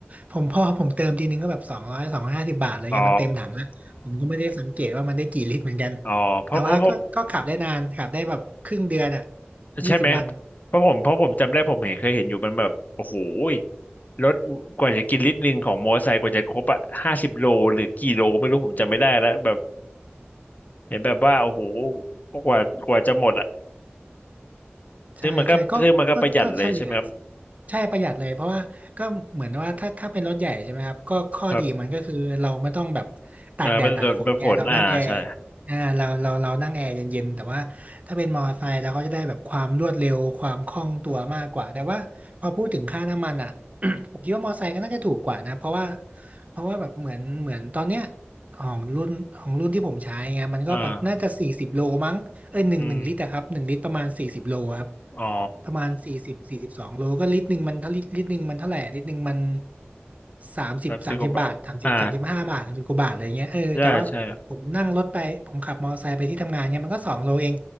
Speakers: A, on the right; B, on the left.
A: ผมพอผมเติมทีนึงก็แบบสองร้อยสองร้อยห้าสิบบาทอะไรเงี้ยมันเต็มถังแล้วผมก็ไม่ได้สังเกตว่ามันได้กี่ลิตรเหมือนกัน
B: อ๋ออ๋อเพราะเพราะเพราะ
A: แต่ว่าก็ก็ขับได้นานขับได้แบบครึ่งเดือนอ่ะยี่สิบวัน
B: ใช่ไหมครับเพราะผมเพราะผมจำได้ผมเห็นเคยเห็นอยู่มันแบบโอ้โหยรถกว่าจะกินลิตรหนึ่งของมอเตอร์ไซค์กว่าจะครบอะห้าสิบโลหรือกี่โลไม่รู้ผมจำไม่ได้แล้วแบบเห็นแบบว่าโอ้โหกว่ากว่าจะหมดอะ
A: ใช่ใช่ก็ก็ก็เฉลี่ย
B: ซึ่งมันก็ซึ่งมันก็ประหยัดเลยใช่ไหมครับ
A: ใช่ประหยัดเลยเพราะว่าก็เหมือนว่าถ้าถ้าเป็นรถใหญ่ใช่ไหมครับก็ข้อดีมันก็คือเราไม่ต้องแบบ
B: ครับ
A: ตากแดดตากฝนไงเรานั่งแอร์
B: อ่าเป็นโดนเป็นฝนอ่าใช่
A: อ่าเราเราเรานั่งแอร์เย็นๆแต่ว่าถ้าเป็นมอเตอร์ไซค์เราก็จะได้แบบความรวดเร็วความคล่องตัวมากกว่าแต่ว่าพอพูดถึงค่าน้ำมันอ่ะ <coughs> ผมคิดว่ามอเตอร์ไซค์ก็น่าจะถูกกว่านะเพราะว่าเพราะว่าแบบเหมือนเหมือนตอนเนี้ยของรุ่นของรุ่นที่ผมใช้ไงมันก็แบบน่าจะสี่สิบโลมั้ง
B: อ่า
A: เอ้ยหนึ่งหนึ่งลิตรอะครับหนึ่งลิตรประมาณสี่สิบโลครับ
B: อืมอ๋อ
A: ประมาณสี่สิบสี่สิบสองโลก็ลิตรหนึ่งมันถ้าลิตรลิตรหนึ่งมันเท่าไหร่ลิตรหนึ่งมันสามสิบสามสิบบาทสามสิบสามสิบห้าบาทสามสิบกว่าบาทอะไรเงี้ยเออแต่ว่าผมนั่งรถไปผมขับมอเตอร์ไซค์ไปที่ทำงานเนี่ยมันก็สองโลเอง
B: รับซิโกบะอ่าใช่ใช่ครับ